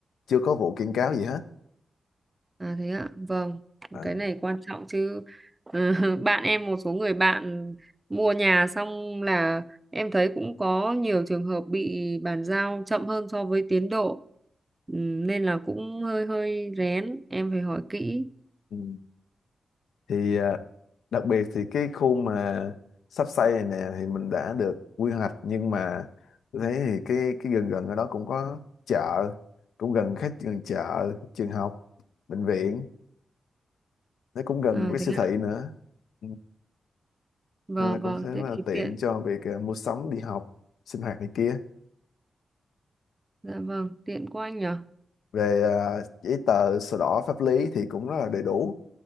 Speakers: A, on the left; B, on the right.
A: chưa có vụ kiện cáo gì hết
B: À thế ạ. Vâng,
A: à,
B: cái này quan trọng chứ. Ờ, <laughs> bạn em một số người bạn mua nhà xong là em thấy cũng có nhiều trường hợp bị bàn giao chậm hơn so với tiến độ. Ừm, Nên là cũng hơi hơi rén, em phải hỏi kỹ.
A: ừ. thì à, đặc biệt thì cái khu mà sắp xây này nè thì mình đã được quy hoạch nhưng mà tôi thấy thì cái cái gần gần ở đó cũng có chợ cũng gần khách gần chợ trường học bệnh viện nó cũng gần
B: À
A: cái siêu
B: thế
A: thị
B: ạ.
A: nữa Ừ.
B: Vâng
A: nên là cũng
B: vâng,
A: rất
B: thế
A: là
B: thì
A: tiện
B: tiện.
A: cho việc à, mua sắm đi học sinh hoạt này kia
B: Dạ vâng, tiện quá anh nhở
A: về à, giấy tờ sổ đỏ pháp lý thì cũng rất là đầy đủ